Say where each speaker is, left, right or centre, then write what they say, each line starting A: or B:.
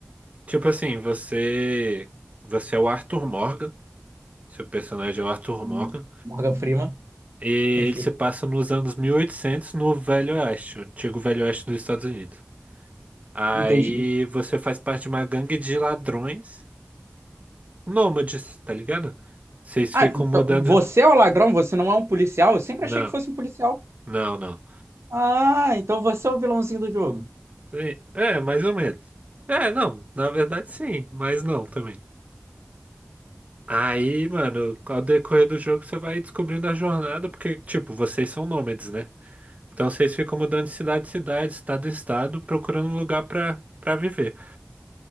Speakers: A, on the right; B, on the right.
A: Tipo assim, você. Você é o Arthur Morgan. Seu personagem é o Arthur
B: Hum,
A: Morgan.
B: Morgan Freeman.
A: E
B: <laughs>
A: ele se passa nos anos 1800 no Velho Oeste, o antigo Velho Oeste dos Estados Unidos. Aí
B: Entendi.
A: você faz parte de uma gangue de ladrões nômades, tá ligado? Vocês
B: Ah,
A: ficam
B: então
A: mudando.
B: você é o ladrão, você não é um policial? Eu sempre
A: Não,
B: achei que fosse um policial.
A: não, não.
B: Ah, então você é o vilãozinho do jogo.
A: E- É, mais ou menos. É, não, na verdade sim, mas não também. Aí, mano, ao decorrer do jogo você vai descobrindo a jornada, porque, tipo, vocês são nômades, né? Então vocês ficam mudando de cidade em cidade, estado em estado, procurando um lugar pra, pra viver.